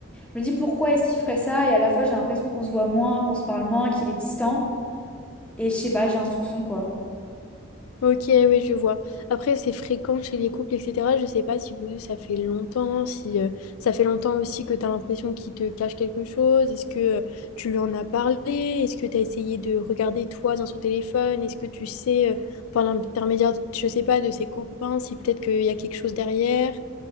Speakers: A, in the centre; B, on the left.
A: je me dis pourquoi est-ce qu'il ferait ça et à la fois, j'ai l'impression qu'on se voit moins, qu'on se parle moins, qu'il est distant et je sais pas, j'ai un soupçon quoi.
B: Ok, oui, je vois. Après, c'est fréquent chez les couples, etc. Je sais pas si vous, ça fait longtemps, si euh, ça fait longtemps aussi que tu as l'impression qu'il te cache quelque chose. Est-ce que euh, tu lui en as parlé? Est-ce que tu as essayé de regarder toi dans son téléphone? Est-ce que tu sais, euh, par l'intermédiaire, je sais pas, de ses copains, si peut-être qu'il y a quelque chose derrière?